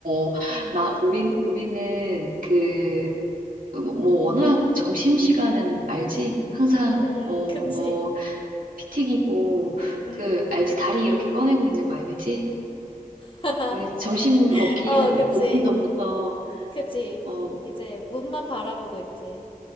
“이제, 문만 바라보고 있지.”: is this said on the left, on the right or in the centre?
Left